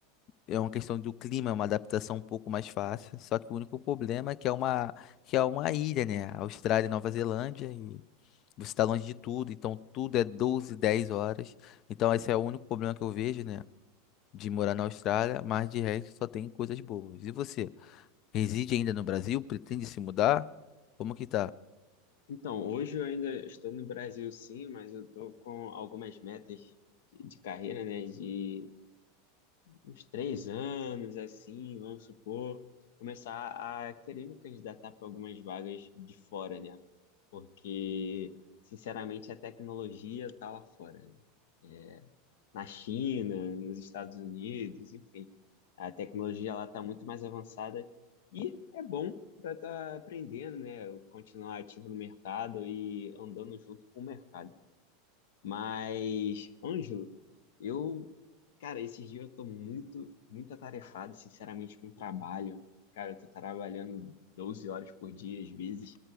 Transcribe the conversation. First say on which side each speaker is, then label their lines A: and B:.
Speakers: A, on the left; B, on the left.
A: É uma questão do clima, é uma adaptação um pouco mais fácil. Só que o único problema é que é uma, que é uma ilha, né? Austrália e Nova Zelândia. Você está longe de tudo, então tudo é 12 10 horas. Então esse é o único problema que eu vejo, né? De morar na Austrália, mas de resto só tem coisas boas. E você? Reside ainda no Brasil? Pretende se mudar? Como que tá?
B: Então, hoje eu ainda estou no Brasil, sim, mas eu estou com algumas metas de de carreira, né? De uns três anos, assim, vamos supor, começar a querer me candidatar para algumas vagas de fora, né? Porque, sinceramente, a tecnologia tá lá fora, né? É, na China, nos Estados Unidos, enfim. A tecnologia lá tá muito mais avançada e é bom para estar aprendendo, né? Continuar ativo no mercado e andando junto com o mercado. Mas, Ângelo, eu Cara, esses dias eu tô muito, muito atarefado, sinceramente, com o trabalho. Cara, eu tô trabalhando 12 horas por dia, às vezes,